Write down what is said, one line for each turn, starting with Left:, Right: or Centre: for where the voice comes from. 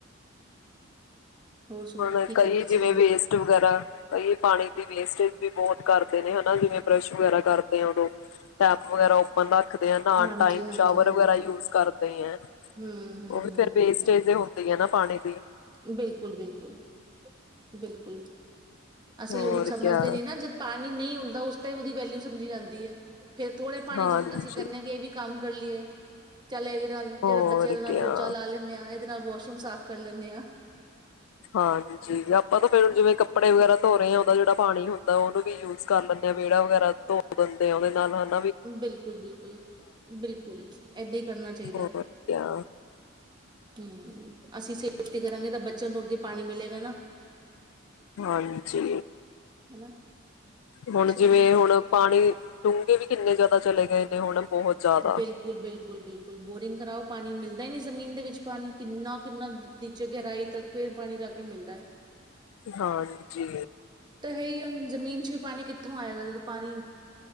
Right: ਹੋਰ ਸੁਣਾਓ
Left: ਹੁਣ
Right: ਕੀ
Left: ਕਈ
Right: ਕਰਦੇ ਸੀ
Left: ਜਿਵੇਂ
Right: ਹੋਰ
Left: ਵੇਸਟ ਵਗੈਰਾ ਕਈ ਪਾਣੀ ਵੇਸਟੇਜ ਵੀ ਬਹੁਤ ਕਰਦੇ ਨੇ ਹਨਾ ਜਿਵੇਂ ਬਰੱਸ਼ ਵਗੈਰਾ ਕਰਦੇ ਆ ਉਦੋਂ ਟੈਪ ਵਗੈਰਾ ਓਪਨ ਰੱਖ
Right: ਹਾਂਜੀ
Left: ਟਾਈਮ
Right: ਹਾਂਜੀ
Left: ਸ਼ਾਵਰ
Right: ਹਾਂਜੀ
Left: ਵਗੈਰਾ ਯੂਜ ਕਰਦੇ ਹੈ
Right: ਹਮ ਹਮ
Left: ਉਹ ਵੀ
Right: ਹਮ
Left: ਫੇਰ ਵੇਸਟਜ
Right: ਹਮ
Left: ਹੁੰਦੇ ਆ ਨਾ ਪਾਣੀ ਦੀ
Right: ਬਿਲਕੁਲ ਬਿਲਕੁਲ ਬਿਲਕੁਲ ਅਸੀਂ
Left: ਹੋਰ
Right: ਲੋਕ ਸਮਝਦੇ
Left: ਕਿਆ
Right: ਨੀ ਨਾ ਜਦ ਪਾਣੀ ਨਹੀਂ ਹੁੰਦਾ ਦਾ ਉਸ ਤ ਉਹਦੀ ਵੈਲਿਊ ਸਮਝੀ ਜਾਂਦੀ ਹੈ ਫੇਰ ਥੋੜੇ ਪਾਣੀ
Left: ਹਾਂਜੀ
Right: ਚ ਅਸੀਂ ਕਰਦਨੇ ਹਾਂ ਇਹ ਵੀ ਕੰਮ ਕਰਲੀਏ ਚੱਲ ਇਹਦੇ ਨਾਲ
Left: ਹੋਰ
Right: ਜਿਹੜਾ ਬੱਚਿਆਂਦੇ ਨਾਲ
Left: ਕਿਆ
Right: ਪੋਚਾ ਲਾ ਲੈਂਦੇ ਆਾਂ ਇਹਦੇ ਨਾਲ ਵਾਸ਼ਰੂਮ ਸਾਫ਼ ਕਰ ਲੈਂਦੇ ਹਾਂ
Left: ਹਾਂਜੀ ਆਪਾਂ ਤਾਂ ਫਿਰਰ
Right: ਹਨਾ
Left: ਜਿਵੇਂ ਕੱਪੜੇ ਵਗੈਰਾ ਧੋ ਰਹੇ ਆ ਉਹਦਾ ਜਿਹੜਾ ਪਾਣੀ ਹੁੰਦਾ ਉਹਨ ਵੀ ਯੂਜ ਕਰ ਲੈਂਦੇ ਹਾਂ ਵਿਹੜਾ ਵਗੈਰਾ ਧੋ ਦਿੰਦੇ ਆ ਉਹਦੇ ਨਾਲ ਹਨ
Right: ਬਿਲਕੁਲ ਬਿਲਕੁਲ ਬਿਲਕੁਲ ਏਦਾਂ ਹੀ ਕਰਨਾ ਚਾਹੀਦਾ
Left: ਹੋਰ
Right: ਹੈ
Left: ਕਿਆ
Right: ਹਮ ਅਸੀਂ ਸੇਫਟੀ ਕਰਾਂਗੇ ਤਾਂ ਬੱਚਿਆਂ ਨੂੰ ਅੱਗੇ ਪਾਣੀ ਮਿਲੇਗਾ ਨਾ
Left: ਹਾਂਜੀ
Right: ਹਨਾ
Left: ਹੁਣ
Right: ਚਲੋ
Left: ਜਿਵੇਂ ਹੁਣ ਪਾਣੀ ਡੂੰਘੇ ਵੀ ਕਿੰਨੇ ਜ਼ਿਆਦਾ ਚਲੇ ਗਏਨ ਨੇ ਹੁਣ ਬਹੁਤ ਜ਼ਿਆਦਾ
Right: ਬਿਲਕੁਲ ਬਿਲਕੁਲ ਬਿਲਕੁਲ ਬੋਰਿੰਗ ਕਰਾਓ ਪਾਣੀ ਮਿਲਦਾ ਦ ਹੀ ਨਹੀਂ ਜ਼ਮੀਨ ਦੇ ਵਿੱਚ ਪਾਣੀ ਕਿੰਨਾ ਕਿੰਨਾ ਨੀਚੇ ਗਹਿਰਾਈ ਤੱਕ ਫਿਰ ਪਾਣੀ ਜਾ ਕੇ ਮਿਲਦਾ ਹੈ
Left: ਹਾਂਜੀ
Right: ਤਾਂ ਹੈ ਹੀ ਜ਼ਮੀਨ ਚ ਵੀ ਪਾਣੀ ਕਿੱ ਇੱਥੋਂ ਆਏਗਾ ਜਦੋਂ ਪਾਣੀ